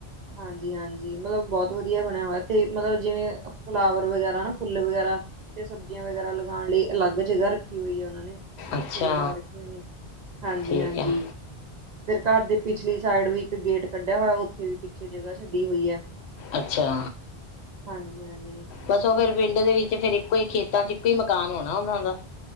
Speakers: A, on the right; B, on the left.
A: ਹਾਂਜੀ- ਹਾਂਜੀ, ਮਤਲਬ ਬਹੁਤ ਵਧੀਆ ਬਣਿਆ ਹੋਇਆ। ਤੇ ਮਤਲਬ ਜਿਵੇਂ ਫਲਾਵਰ ਵਗੈਰਾ ਫੁੱਲ ਵਗੈਰਾ ਤੇ ਸਬਜ਼ੀਆਂ ਵਗੈਰਾ ਲਗਾਉਣ ਲਈ ਅਲੱਗ ਜਗ੍ਹਾ ਰੱਖੀ ਹੋਈ ਹੈ ਉਹਨਾਂ ਨੇ ਉੱਥੇ
B: ਅੱਛਾ
A: ਲਗਾ ਰੱਖੀਆਂ ਨੇ। ਹਾਂਜੀ
B: ਠੀਕ
A: -ਹਾਂਜੀ।
B: ਹੈ
A: ਫੇਰ ਘਰ ਦੀ ਪਿਛਲੀ ਸਾਈਡ ਵੀ ਇੱਕ ਗੇਟ ਕੱਢਿਆ ਹੋਇਆ ਉੱਥੇ ਵੀ ਪਿੱਛੇ ਜਗ੍ਹਾ ਛੱਡੀ ਹੋਈ ਐ।
B: ਅੱਛਾ।
A: ਹਾਂਜੀ- ਹਾਂਜੀ।
B: ਬਸ ਉਹ ਫਿਰ ਪਿੰਡ ਦੇ ਵਿੱਚ ਫਿਰ ਇੱਕੋ ਹੀ ਖੇਤਾਂ 'ਚ ਇੱਕੋ ਹੀ ਮਕਾਨ ਹੋਣਾ ਉਹਨਾਂ ਦਾ